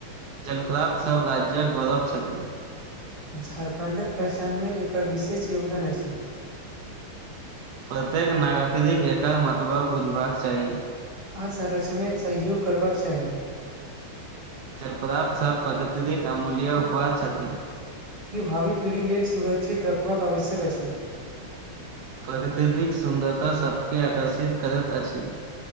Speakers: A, on the right; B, on the right.
A: जलप्रात सभ राज्यक गौरव छथि
B: झारखण्डक पहचानमे एकर विशेष योगदान अछि
A: प्रत्येक नागरिक एकर मतब बुझबाक चाही
B: आ संरचमे सहयोग करबाक चाही
A: जलप्राप्त सभ प्रकृतिक अमूल्य उपवाद छथि
B: ई भावी पीढ़ी लेल सुरक्षित रखबाक आवश्यक अछि
A: प्रकृतिक सुन्दरता सभके आकर्षित करैत अछि